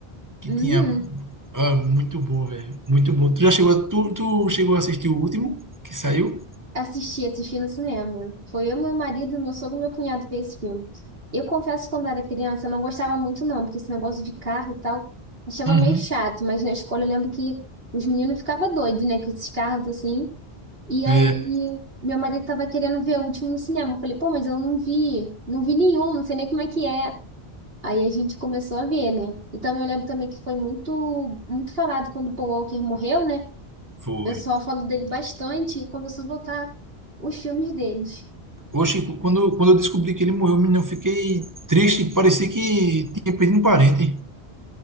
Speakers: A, on the right (about 20°); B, on the right (about 65°).
A: que
B: Uhum.
A: tinha. Ah, muito bom, velho. Muito bom. Tu já chegou a, tu, tu chegou a assistir o último que saiu?
B: Assisti, assisti no cinema. Foi eu, meu marido, meu sogro e meu cunhado ver esse filme. Eu confesso que quando era criança eu não gostava muito não, porque esse negócio de carro e tal, achava
A: Uhum.
B: meio chato, mas na escola eu lembro que os meninos ficavam doidos, né, com esses carros assim. E aí,
A: É,
B: meu marido tava querendo ver o último no cinema. Eu falei, pô, mas eu não vi, não vi nenhum, não sei nem como é que é. Aí a gente começou a ver, né? então eu lembro também que foi muito, muito falado quando o Paul Walker morreu, né? O
A: foi.
B: pessoal falou dele bastante e começou a voltar os filmes deles.
A: Oxe, quando, quando eu descobri que ele morreu, menino, eu fiquei triste. Parecia que tinha perdido um parente.